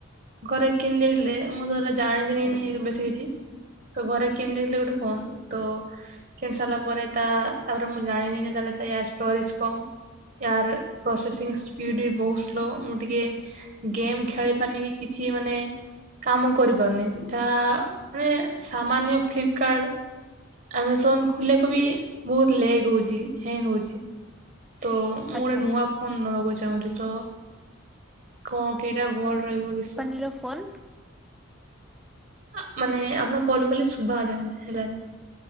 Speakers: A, on the right; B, in the centre.
A: ଘରେ କିଣି ଦେଇଥିଲେ ମୁଁ ହେତଲେ ଜାଣିଥିଲିନି ବେଶୀ କିଛି ତ ଘରେ କିଣିି ଦେଇଥିଲେ ଗୋଟେ ଫୋନ। ତ କିଣି ସାରିଲା ପରେ ତା ତାପରେ ମୁଁ ଜାଣିନି ଯେ ତାଲେ ୟାର ଷ୍ଟୋରେଜ କମ୍। ୟାର ପ୍ରୋସେସିଂ ସ୍ପିଡ ବି ବହୁତ ସ୍ଲୋ ମୁଁ ଟିକେ ଗେମ୍ ଖେଳି ପାରନୁ କି କିଛି ମାନେ କାମ କରିପାରୁନି ଯାହା ମାନେ ସାମାନ୍ୟ ଫ୍ଲିପକାର୍ଡ ଆମଜନ ଖୋଲିଆକୁ ବି ବହୁତ ଲେଗ ହଉଛି ହେଙ୍ଗ ହଉଛି। ତ ମୁଁ
B: ଆଚ୍ଛା
A: ଗୋଟେ ନୂଆ ଫୋନ ନବାକୁ ଚାହୁଁଛି ତ କଣ କେଟା ଭଲ ରହିବ କିସ
B: ର ଫନ
A: ଆ ମାନେ ଆପଣ କଲ କଲେ ଶୁଭା ହାଲାନି ହେଲାଣି।